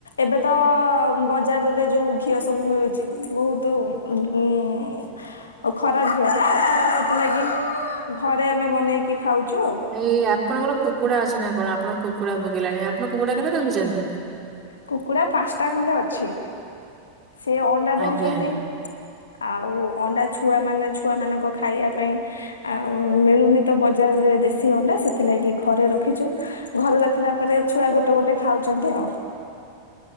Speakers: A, on the left; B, on the right.
A: ଏବେ ତ ବଜାରରେ ଯୋଉ ଘିଅ ସବୁ ମିଳୁଛି। ବହୁତ ଉ ଓଉ ଖରା ଝିଅ ନା ଏଥର ସେଥିଲାଗି ଘରେ ଆମେ ବନେଇକି ଖାଉଛୁ।
B: ଏଇ ଆପଣଙ୍କର କୁକୁଡା ଅଛି ନା କଣ ଆପଣଙ୍କ କୁକୁଡ଼ା ବୋବେଇଲାଣି ଆପଣ କୁକୁଡ଼ା କେତେ ରଖିଛନ୍ତି?
A: କୁକୁଡ଼ା ପାଞ୍ଚଟା ଖଣ୍ଡେ ଅଛି ସେ ଅଣ୍ଡା ଦଉଛନ୍ତି।
B: ଆଜ୍ଞା
A: ଆଉ ଅଣ୍ଡା ଛୁଆ ମାନେ ଛୁଆ ମାନଙ୍କ ଖାଇବା ପାଇଁ ଆଉ ମିଳୁନି ତ ବଜାରରେ ଦେଶୀ ଅଣ୍ଡା ସେଥିଲାଗି ଘରେ ରଖିଛୁ। ଘରେ ରଖିଲା ପରେ ଛୁଆ ଗୋଟେ ଗୋଟେ ଖାଉଛନ୍ତି ଆଉ।